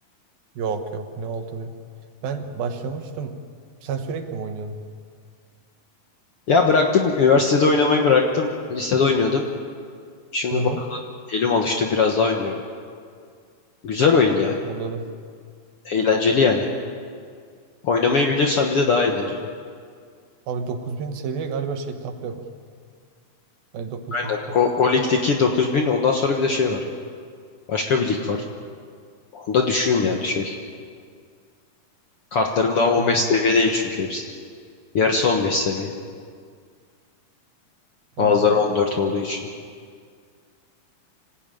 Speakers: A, on the right (about 85°); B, on the left (about 55°).
A: yok yok ne oldu benim? Ben başlamıştım. Sen sürekli mi oynuyordun?
B: Ya bıraktım. Üniversitede oynamayı bıraktım. Lisede oynuyordum. Şimdi
A: Hı hı.
B: bu elim alıştı biraz daha oynuyorum. Güzel oyun ya.
A: Anladım.
B: Eğlenceli yani. Oynamayı biliyorsan bir de daha eğlenceli.
A: Abi 9000 seviye galiba şey top level. Hayır 9000
B: Aynen.
A: kupa.
B: O, o ligdeki dokuz bin ondan sonra bir de şey var. Başka bir lig var. Onda düşüğüm yani şey. Kartlarım daha 15
A: Hmm,
B: seviye değil çünkü hepsi. Yarısı 15 seviye.
A: anladım.
B: Bazıları 14 olduğu için.